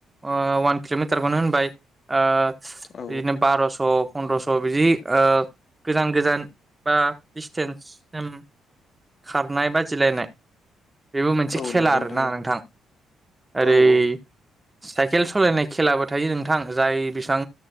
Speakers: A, on the right (about 15°); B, on the left (about 50°).
A: ओ वान किल'मिटारखौनो होनबाय ओ
B: औ
A: बिदिनो बार'स' फन्द्र'स' बिदि ओ गोजान गोजान बा डिसटेन्ससिम खारनाय बाजिलायनाय बेबो मोनसे
B: औ
A: खेला
B: नंगौ
A: आरोना
B: औ
A: नोंथां। ओरै
B: औ औ
A: साइकेल सालायनाय खेलाबो थायो नोंथां जाय बेसां